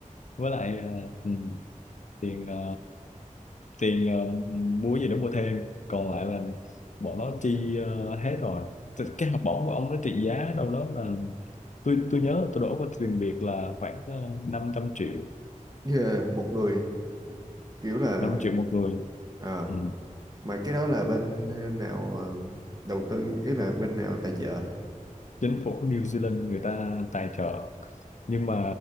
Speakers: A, on the left; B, on the right.
A: với lại ờ, ừ, tiền ờ, tiền ờ, mua gì đó mua thêm còn lại là bọn nó chi ờ, hết rồi Thì cái học bổng của ông nó trị giá đâu đó là tôi tôi nhớ tôi đổ qua tiền Việt là khoảng uh, năm trăm triệu
B: à, một người kiểu là
A: 5 triệu một người
B: ờ,
A: ừ.
B: mà cái đó là bên nào ờ, đầu tư ý là bên nào tài trợ
A: chính phủ New Zealand người ta tài trợ nhưng mà